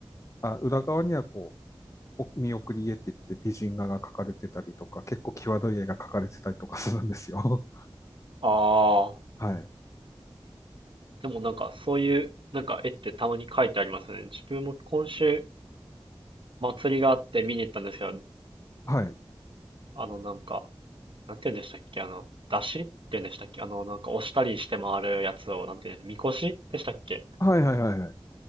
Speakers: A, on the left; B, on the right.
A: あ、裏側にはこう、お見送り絵って言って美人画が描かれてたりとか、結構際どい絵が描かれてたりとかするんですよ。
B: ああ。
A: <laughs> はい。
B: でもなんかそういうなんか絵ってたまに描いてありますね。自分も今週祭りがあって見に行ったんですけど、
A: はい。
B: あのなんか、なんて言うんでしたっけ、あの、出汁って言うんでしたっけ、あのなんか押したりして回るやつを、なんて言うんでみこしでしたっけ。
A: はいはいはいはい。